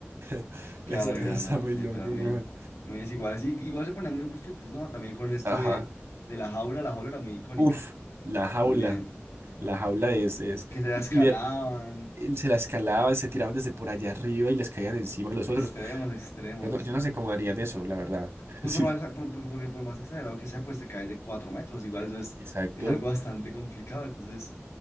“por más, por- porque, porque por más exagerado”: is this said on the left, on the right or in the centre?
Left